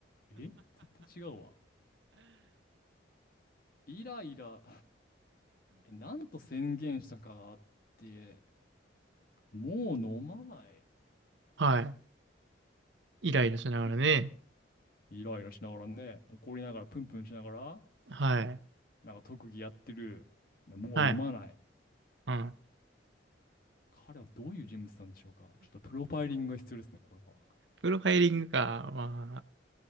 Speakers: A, on the left; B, on the right.
A: え絶対違うわ。イライラ、え、なんと宣言したかって、もう飲まない
B: はい。イライラしながらね。
A: 気分。イライラしながらね、怒りながらプンプンしながら、
B: はい。
A: なんか特技やってる。でもう飲まない。
B: はい。うん。
A: 彼はどういう人物なんでしょうかちょっとプロファイリングが必要ですね、これは。
B: プロファイリングか。まあ、